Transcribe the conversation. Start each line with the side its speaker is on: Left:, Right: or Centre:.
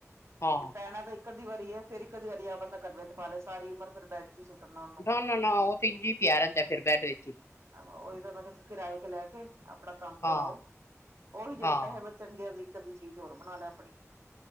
Left: ਹਾਂ।
Right: ਇਹ ਪੈਣਾ ਤਾਂ, ਇਕ ਅੱਧੀ ਵਾਰੀ ਏ ਫੇਰ ਇਕ ਅੱਧੀ ਵਾਰੀ ਏ ਆਪ ਬੰਦਾ ਕਰ ਦੇ ਪਾ ਲੇ ਸਾਰੀ ਉਮਰ ਫਿਰ ਬੈਠ, ਜੀ ਸੁੱਟਣਾ, ਉਹਨੂੰ
Left: ਨਾ ਨਾ ਨਾ ਉਹ ਤੇ ਇੰਝ ਹੀ ਪਿਆ ਰਹਿੰਦਾ ਫੇਰ ਬੈਡ ਵਿੱਚ ਹੀ,
Right: ਆਹ ਉਹੀ ਤਾਂ ਮੈਂ ਕਿਹਾ ਕਿਰਾਏ ਕੇ ਲੈ ਕੇ ਆਪਣਾ ਕੰਮ ਚਲਾਓ।
Left: ਹਾਂ।
Right: ਉਹੀ ਜਿਹੜੇ
Left: ਹਾਂ।
Right: ਪੈਸੇ ਬਚਣਗੇ ਓਦੀ ਇੱਕ ਅੱਧੀ ਚੀਜ਼ ਹੋਰ ਬਣਾ ਲੈ ਆਪਣੀ।